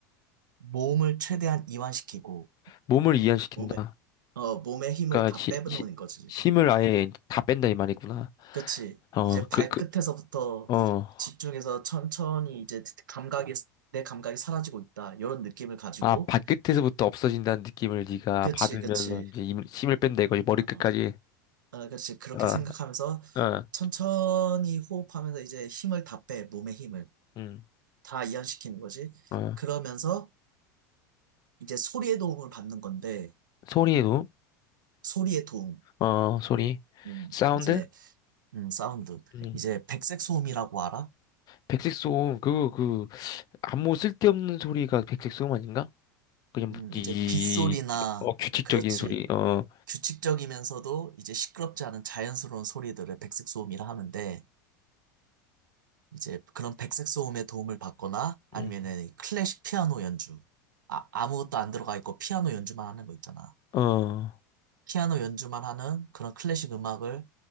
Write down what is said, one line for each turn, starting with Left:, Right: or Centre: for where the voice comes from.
Right: 몸을 최대한 이완시키고
Left: 몸을 이완시킨다.
Right: 몸에 어 몸에 힘을
Left: 그러니까
Right: 다
Left: 시,
Right: 빼놓는
Left: 시,
Right: 거지.
Left: 힘을 아예 다 뺀다 이 말이구나.
Right: 그치.
Left: 어,
Right: 이제 발끝에서부터
Left: 그, 그, 어.
Right: 집중해서 천천히 이제 감각이, 내 감각이 사라지고 있다. 이런 느낌을 가지고.
Left: 아, 발끝에서부터 없어진다는 느낌을 네가
Right: 그치,
Left: 받으면서
Right: 그치.
Left: 이제 힘- 힘을 뺀다 이거지. 머리끝까지.
Right: 어, 어, 그치. 그렇게
Left: 어,
Right: 생각하면서
Left: 어,
Right: 천천히 호흡하면서 이제 힘을 다 빼, 몸의 힘을.
Left: 음,
Right: 다 이완시키는 거지.
Left: 어.
Right: 그러면서 이제 소리의 도움을 받는 건데,
Left: 소리에도,
Right: 소리의 도움.
Left: 어, 소리.
Right: 음,
Left: 사운드?
Right: 이제, 음, 사운드.
Left: 음.
Right: 이제 백색 소음이라고 알아?
Left: 백색소음, 그거, 그, 아무 쓸데없는 소리가 백색소음 아닌가? 그냥, 뭐
Right: 음,
Left: 이,
Right: 이제 빗소리나,
Left: 어, 규칙적인
Right: 그렇지.
Left: 소리, 어,
Right: 규칙적이면서도 이제 시끄럽지 않은 자연스러운 소리들을 백색 소음이라 하는데 이제 그런 백색 소음의 도움을 받거나 아니면은
Left: 음,
Right: 클래식 피아노 연주 아, 아무것도 안 들어가 있고 피아노 연주만 하는 거 있잖아.
Left: 어,
Right: 피아노 연주만 하는 그런 클래식 음악을